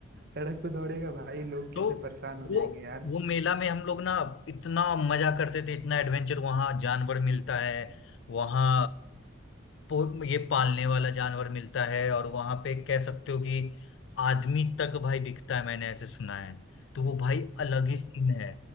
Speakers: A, on the right; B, on the left.
A: सड़क पे दौड़ेगा भाई लोग कितने
B: तो
A: परेशान हो जाएंगे
B: वो
A: यार
B: वो मेला में हम लोग ना इतना मजा करते थे इतना एडवेंचर वहां जानवर मिलता है वहां पो- ये पालने वाला जानवर मिलता है और वहां पे कह सकते हो कि आदमी तक भाई बिकता है मैंने ऐसे सुना है तो वो भाई अलग ही सीन है